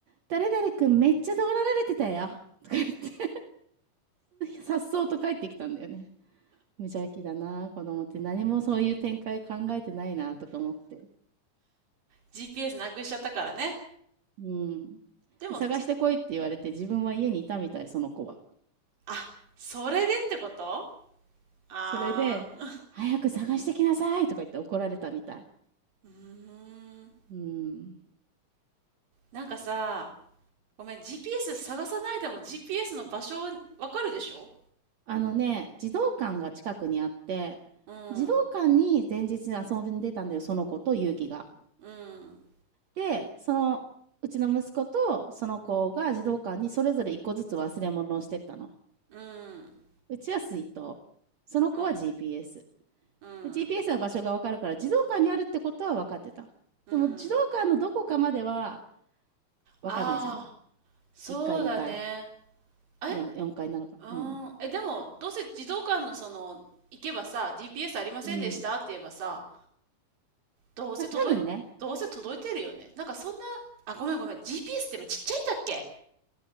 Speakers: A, on the right; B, on the right.
A: 誰々くんめっちゃ怒られてたよ。とか言ってさっそうと帰ってきたんだよね。無邪気だな、子供って何もそういう展開考えてないな、とか思って。
B: GPS なくしちゃったからね。
A: うん。
B: でも、
A: 探してこいって言われて自分は家にいたみたい、
B: じ、
A: その子は。
B: あ、それでってことああ
A: それで、早く探してきなさいとか言って怒られたみたい。
B: ー、うーん。
A: うん。
B: なんかさ、ごめん、GPS 探さないでも GPS の場所わかるでしょ
A: あのね、児童館が近くにあって、
B: うん、
A: 児童館に前日遊んでたんだよ、その子と勇気が。
B: うん。
A: で、その、うちの息子とその子が児童館にそれぞれ一個ずつ忘れ物をしてったの。
B: うん、
A: うちは水筒。その子は
B: うん、
A: GPS。
B: うん、
A: で GPS は場所がわかるから、児童館にあるってことは分かってた。
B: うん。
A: でも、児童館のどこかまでは分かんないじゃん。
B: ああ、そうだね。
A: 1階、2階、
B: え、
A: 4, 4階なのか。
B: うん、
A: うん。
B: え、でも、どうせ児童館のその、行けばさ、GPS ありませんでしたって言えばさ、
A: うん。
B: どうせ届い、
A: まあ、多分ね。
B: どうせ届いてるよね。なんかそんな、あ、ごめんごめん、GPS って今ちっちゃいんだっけ